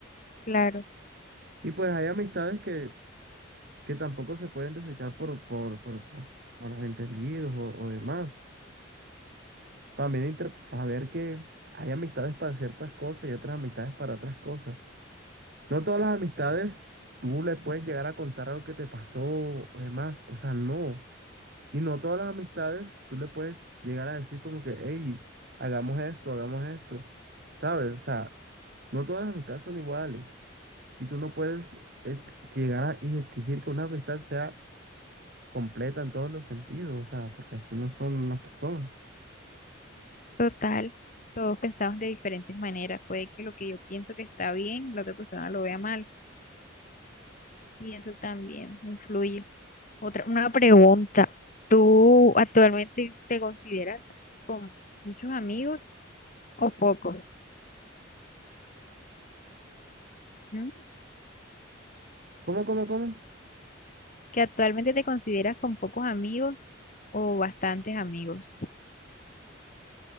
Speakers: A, on the left; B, on the right.
A: claro,
B: Y pues hay amistades que, que tampoco se pueden desechar por, por, por, por, por los entendidos o o demás. También inter- saber que hay amistades para ciertas cosas y otras amistades para otras cosas. No todas las amistades tú le puedes llegar a contar algo que te pasó o demás, o sea, no. Y no todas las amistades tú le puedes llegar a decir como que, hey, hagamos esto, hagamos esto, ¿sabes? O sea, no todas las amistades son iguales y tú no puedes ex- llegar a y exigir que una amistad sea completa en todos los sentidos, o sea, porque así no son las personas.
A: total. Todos pensamos de diferentes maneras. Puede que lo que yo pienso que está bien, la otra persona lo vea mal y eso también influye. Otra, una pregunta. ¿Tú actualmente te consideras con muchos amigos o pocos? ¿Mm?
B: ¿Cómo, cómo, cómo?
A: ¿Que actualmente te consideras con pocos amigos o bastantes amigos?